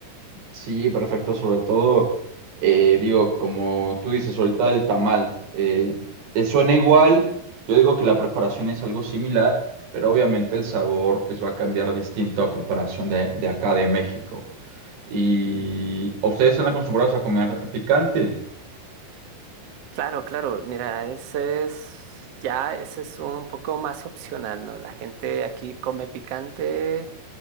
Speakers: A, on the right (about 80°); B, on the right (about 65°).
A: Sí, perfecto, sobre todo, eh, digo, como tú dices ahorita del tamal, eh, eh, suena igual, yo digo que la preparación es algo similar, pero obviamente el sabor pues va a cambiar distinto a comparación de, de acá de México. ¿Y ustedes están acostumbrados a comer picante?
B: Claro, claro, mira, ese es, ya, ese es un poco más opcional, ¿no? La gente aquí come picante